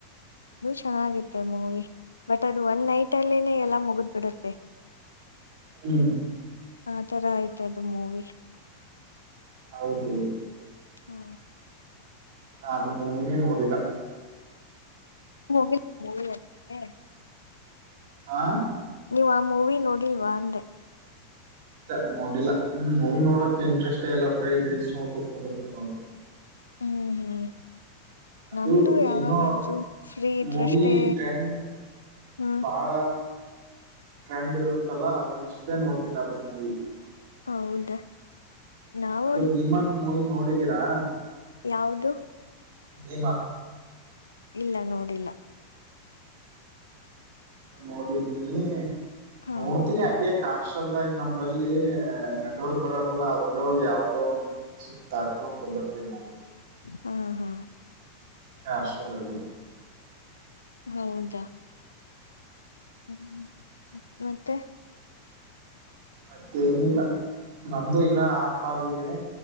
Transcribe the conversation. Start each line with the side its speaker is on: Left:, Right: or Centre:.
Left: ಚೆನ್ನಾಗಿತ್ತ ಮೂಗಿ ಬಟ್ ಅದು ಒನ್ ನೈಟ್ ಅಲ್ಲಿೇ ಎಲ್ಲ ಮುಗದ ಬಿಡುತ್ತೆ
Right: ಹ್ಮ್
Left: ಆ ತರ ಆಯ್ತ್ ಅದು ಮೂವಿ
Right: ಹೌದು
Left: ಹ್ಮ
Right: ಹ ಅದು ಮೂವಿನೇ ನೋಡಿಲ್ಲ
Left: ಹೋಗಿಲ್ವ ಮೂವಿ ನೋಡೋಕ್ಕೆ
Right: ಹಾ
Left: ನೀವು್ ಆ ಮೂವಿ ನೋಡಿಲ್ವಾ ಅಂದೆ
Right: ಇ ನೋಡಿಲ್ಲಾ ಹ್ಮ ಮೂವಿ ನೋಡಕ ಇಂಟ್ರೆಸ್ಟ್ ಇಲ್ಲ ಬ್ರೀ ರೀಲ್ಸ್ ನೋ ಕುೂತ್ಕೊಂಡ್ ಬರ್ತೇ ನೋಡಿ
Left: ಹ್ಮ್ ಹ್ಮ್
Right: ಅದು
Left: ನಮ್ದು ಯಾವಾಗಾದ್ರೂ
Right: ಏನೋ
Left: ಫ್ರೀ ಇದ್ರಷ್ಟೇ
Right: ಮೂವಿ ಟ್ರೆಂಡ್
Left: ಹ್ಮ್
Right: ಬಹಳ ಟ್ರೆಂಡ್ ಇರುತ್ತಲ್ಲ ಅವಾಗ ಇಷ್ಟೇ ನೋಡ್ತೀನಿ ಅದು ಮೂವಿ
Left: ಹೌದಾ ನಾವು
Right: ಅದು ಭಮಾನ್ ಮೂವಿ ನೋಡಿದ ರಾ
Left: ಯಾವುದು
Right: ಭೀಮ
Left: ಇಲ್ಲ ನೋಡಿಲ್ಲ
Right: ನೋಡಿದ್ದೀನಿ
Left: ಹಾ
Right: ನೋಡ್ತೀನಿ ಅಂಗೆ ಕಾ ಲ ನಂಬಲ್ಲಿ ನೆಟ್ವರ್ಕ್ ಬರಲ್ಲಲ್ಲ ಅವಾಗವಾಗ ಯಾವ್ದೋ ಸಿಮ ತಾಕೊಂಡ್ ಕುಂದರ್ತೀವಿ ನಾವು
Left: ಹಾ ಹಾ
Right: ಹಷ್ಟ್ರದಲ್ಲಿ
Left: ಹೌದಾ ಹ್ಮ್ ಮತ್ತೆ
Right: ಮತ್ತೆೇನಿಲ್ಲ ನಮ್ದು ಇನ್ನ ಆರ್ ಕಲ್ ಇದೆ